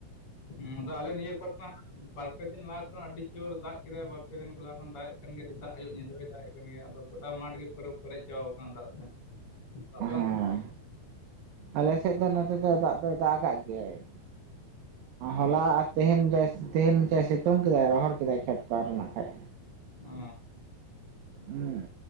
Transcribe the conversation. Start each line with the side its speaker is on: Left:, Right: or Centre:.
Left: ᱦᱩᱸ ᱟᱫᱚ ᱟᱞᱮ ᱱᱤᱭᱟᱹ ᱠᱚᱨᱮ ᱵᱟᱨᱯᱮ ᱫᱤᱱ ᱞᱟᱦᱟ ᱠᱷᱚᱱ ᱟᱹᱰᱤ ᱡᱳᱨ ᱫᱟᱜ ᱠᱮᱫᱟᱭ, ᱵᱟᱨᱯᱮ ᱫᱤᱱ ᱞᱟᱦᱟ ᱠᱷᱚᱱ ᱫᱟᱜ ᱮ ᱠᱟᱱ ᱜᱮᱭᱟ, ᱥᱮᱛᱟᱜ ᱟᱹᱭᱩᱵ ᱧᱤᱫᱟᱹᱭ ᱫᱟᱜ ᱮᱫ ᱠᱟᱱ ᱜᱮᱭᱟ ᱾ ᱟᱫᱚ ᱜᱚᱴᱟ ᱢᱟᱴᱷ ᱜᱮ ᱯᱩᱨᱟ ᱯᱮᱨᱮᱡ ᱪᱟᱵᱟ ᱟᱠᱟᱱᱟ ᱫᱟᱜ ᱛᱮ ᱾ ᱟᱯᱮ
Right: ᱦᱮᱸ
Left: ᱚᱱᱛᱮ?
Right: ᱟᱞᱮ ᱥᱮᱫ ᱫᱚ ᱱᱚᱛᱮ ᱫᱚ ᱫᱟᱜ ᱫᱚᱭ ᱫᱟᱜ ᱠᱟᱜ ᱜᱮᱭᱟᱭ ᱾
Left: ᱚᱸ
Right: ᱦᱚᱞᱟ ᱛᱮᱦᱮᱧ ᱛᱮᱦᱮᱧ ᱡᱟᱭ ᱥᱤᱛᱩᱝ ᱠᱮᱫᱟᱭ, ᱨᱚᱦᱚᱲ ᱠᱮᱫᱟᱭ ᱠᱷᱮᱛ ᱠᱚ ᱨᱮᱱᱟᱜ ᱠᱷᱟᱡ᱾
Left: ᱚ
Right: ᱦᱩᱸ